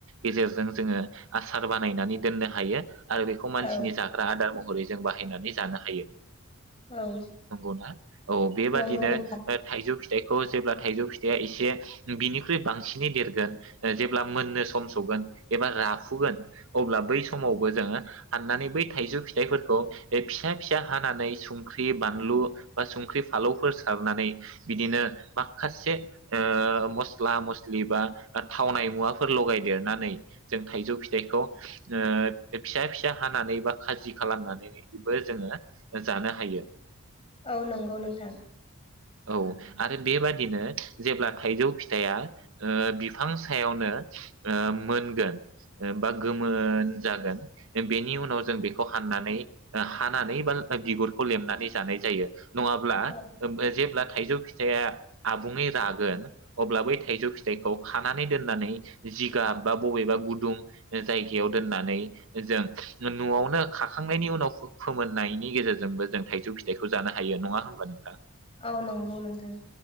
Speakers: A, on the right; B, on the left.
A: गेजेरजों जोङो आसार बानायनानै दोननो हायो। आरो बेखौ मानसिनि
B: औ
A: जाग्रा आदार महरै जों बाहायनानै जानो हायो।
B: औ
A: नंगौना औ बेबादिनो
B: नंगौ नोंथां
A: ओ थाइजौ फिथाइखौ जेब्ला थाइजौ फिथाइआ एसे बिनि बांसिनै देरगोन जेब्ला मोननो सम सौगोन एबा रा फुगोन अब्ला बै समावबो जोङो हाननानै बै थाइजौ फिथाइफोरखौ फिसा फिसा हानानै संख्रि बानलु बा संख्रि फालौफोर सारनानै बिदिनो माखासे ओ मस स्ला मस्लि बा थावनाय मुवाफोर लगायदेरनानै जों थाइजौ फिथाइखौ ओ फिसा फिसा हानानै बा खाजि खालामनानैबो जोङो जानो हायो।
B: औ नंगौ नोंथां।
A: औ आरो बेबादिनो जेब्ला थाइजौ फिस फिथाइआ ओ बिफां सायावनो ओ मोनगोन बा गोमोन जागोन। बेनि उनाव जों बेखौ हाननानै हानानै बा बिगुरखौ लेमनानै जानाय जायो। नङाब्ला
B: औ
A: ओम जेब्ला थाइजौ फिथाइया आबुङै रागोन अब्ला बै थाइजौ फिथाइखौ खानानै दोननानै जिगाब बा बबेबा गुदुं जायगायाव दोननानै जों न'आवनो खाखांनायनि उनाव फो फोमोननायनि गेजेरजोंबो जों थाइजौ फिथाइखौ जानो हायो नङा होनबा नोंथां?
B: औ नंगौ नोंथां।